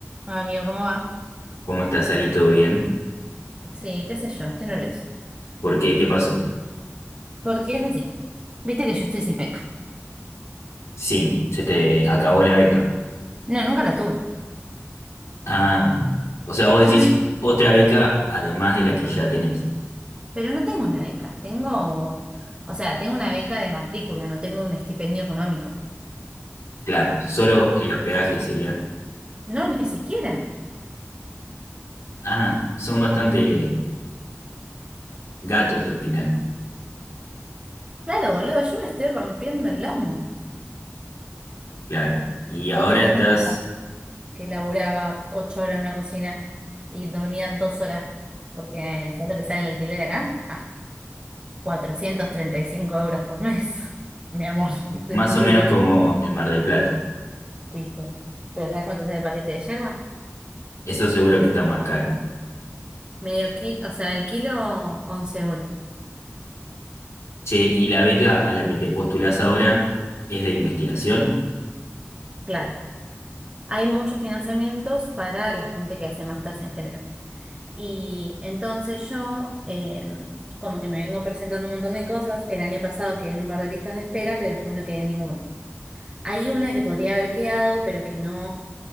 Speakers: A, on the right (about 20°); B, on the left (about 85°).
A: Ah, Amigo, ¿cómo va?
B: ¿Cómo estás, Ali? ¿Todo bien?
A: Sí, qué sé yo, estoy nerviosa.
B: ¿Por qué? ¿Qué pasó?
A: Porque es así, viste que yo estoy sin beca.
B: Sí, se te acabó la beca.
A: No, nunca la tuve.
B: Ah, o sea, vos
A: Yo
B: decís
A: me...
B: otra beca además de la que ya tenés.
A: Pero no tengo una beca, tengo, o sea, tengo una beca de matrícula, no tengo un estipendio económico.
B: Claro, solo el hospedaje sería.
A: No, ni siquiera.
B: Ah, son bastante gatos al final,
A: Claro, boludo, yo me estoy rompiendo el lomo.
B: claro. Y ahora
A: ¿Por qué te
B: estás
A: pensás que laburaba ocho horas en una cocina y dormía dos horas? Porque, ¿sabes lo que sale el alquiler acá? Ah, 435 euros por mes, <laughs> mi amor, de
B: más
A: mi
B: o
A: vida.
B: menos como en Mar del Plata.
A: listo, Pero ¿sabes cuánto sale el paquete de yerba?
B: Eso seguro que está más caro.
A: Medio kilo, o sea, el kilo 11 euros,
B: Che, y la beca a la que te postulás ahora es de investigación.
A: claro. Hay muchos financiamientos para la gente que hace másters en general. Y entonces yo, eh, como que me vengo presentando un montón de cosas, el año pasado quedé en un par de listas de espera, pero después no quedé en ninguna. Hay una que podría haber quedado, pero que no